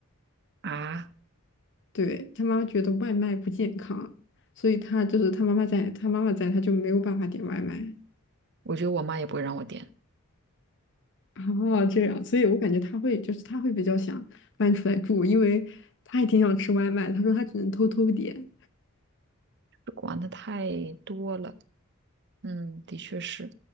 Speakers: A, on the right; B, on the left.
A: 啊，
B: 对，他妈觉得外卖不健康，所以他就是他妈妈在，他妈妈在，他就没有办法点外卖。
A: 我觉得我妈也不会让我点，
B: 哦，这样，所以我感觉他会就是他会比较想搬出来住，因为他也挺想吃外卖，他说他只能偷偷点。
A: 管的太多了。嗯，的确是，